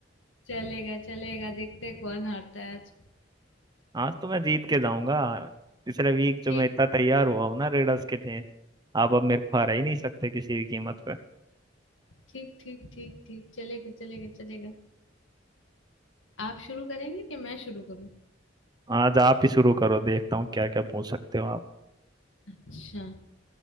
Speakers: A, on the left (about 80°); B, on the right (about 20°).
A: चलेगा चलेगा देखते हैं कौन हारता है आज
B: आज तो मैं जीत के जाऊंगा पिछले वीक जो
A: ठीक
B: मैं इतना तैयार हुआ हूँ ना रेडर्स के लिए आप अब मेरे को हरा ही नहीं सकते किसी भी कीमत पे
A: ठीक ठीक ठीक ठीक ठीक चलेगा चलेगा चलेगा आप शुरू करेंगे कि मैं शुरू करूं
B: आज आप ही शुरू करो देखता हूँ क्या क्या पूछ सकते हो आप
A: अच्छा